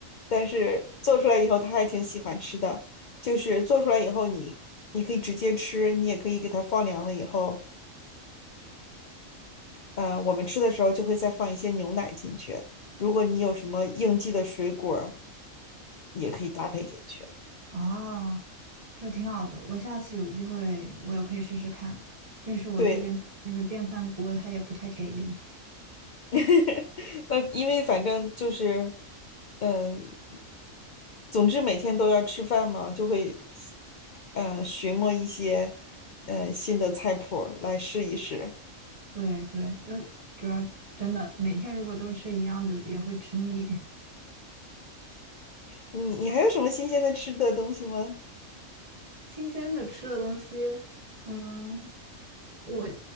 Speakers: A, on the left (about 65°); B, on the right (about 30°).
A: 但是做出来以后她还挺喜欢吃的，就是做出来以后你你可以直接吃，你也可以给它放凉了以后。嗯、呃我们吃的时候就会再放一些牛奶进去。如果你有什么应季的水果儿也可以搭配进去。
B: 哦，这挺好的，我下次有机会我也可以试试看。就是我这边的那个电饭锅它也不太给力，
A: 对，<laughs> 那因为反正就是，嗯、总之每天都要吃饭嘛，就会，嗯、寻摸一些，嗯，新的菜谱儿来试一试。
B: 对对，呃，主要真的每天如果都吃一样的也会吃腻，
A: 你你还有什么新鲜的吃的东西吗？
B: <laughs> 新鲜的吃的东西，嗯，我